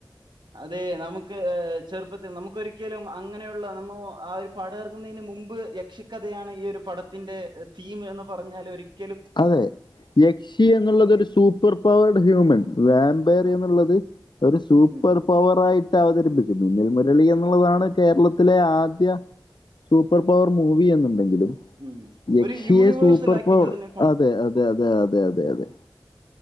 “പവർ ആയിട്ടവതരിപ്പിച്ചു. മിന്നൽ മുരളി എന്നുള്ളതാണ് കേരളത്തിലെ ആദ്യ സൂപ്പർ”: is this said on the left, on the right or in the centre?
Left